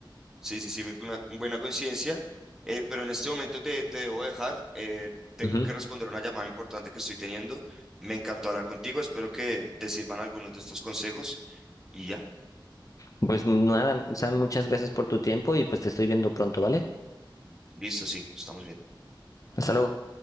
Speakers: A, in the centre; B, on the left (about 40°).
A: sí, sí, sí, fue una buena coincidencia, eh, pero en este momento te, te debo dejar, eh, tengo
B: Ujú.
A: que responder una llamada importante que estoy teniendo, me encantó hablar contigo, espero que te sirvan algunos de estos consejos y ya,
B: Pues nada, Sam, muchas gracias por tu tiempo y pues te estoy viendo pronto, ¿vale?
A: listo, sí, estamos bien.
B: Hasta luego.